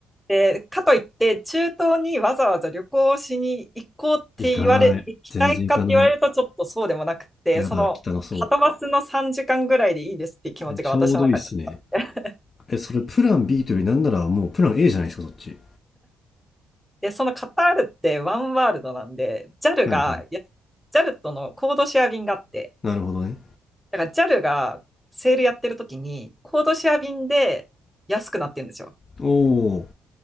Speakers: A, in the centre; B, on the left (about 35°).
A: で、かといって、中東にわざわざ旅行しに行こうって言われ、
B: 行かない。
A: 行きたいかって言われると、
B: 全然行かない。
A: ちょっとそうでもなくて、
B: やだ、
A: その、
B: 汚そ
A: はとバスの3時間ぐらいでいいですっていう気持ちが私の中であって。
B: う。えちょうどいいっすね。え、それプラン B というよりなんならもうプラン A じゃないですか、そっち。
A: で、そのカタールってワンワールドなんで、JAL
B: はいはい。
A: が、や j a とのコードシェア便があって、
B: なるほどね。
A: だから JAL がセールやってる時に、コードシェア便で安くなってるんですよ。
B: おー、